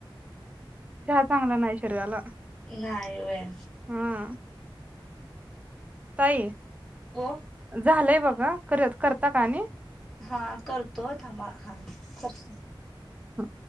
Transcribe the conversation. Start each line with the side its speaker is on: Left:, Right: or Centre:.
Right: चहा चांगला नाही शरीराला
Centre: नाही होय.
Right: हा ताई
Centre: हो
Right: झालंय बघ. करुयात, करता का आणि?
Centre: हा करतो हं थांबा हा करतो
Right: ह